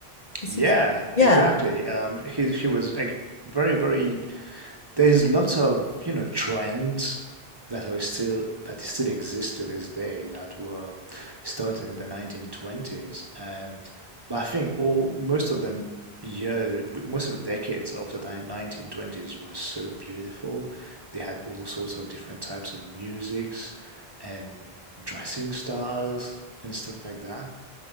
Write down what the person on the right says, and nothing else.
Yeah,
exactly. Um, he he was like very, very there's lots of you know trends that are still that still exist to this day that were started in the 1920s and but I think all most of the year most of the decades of the 1920s were so beautiful they had all sorts of different types of musics and dressing styles and stuff like that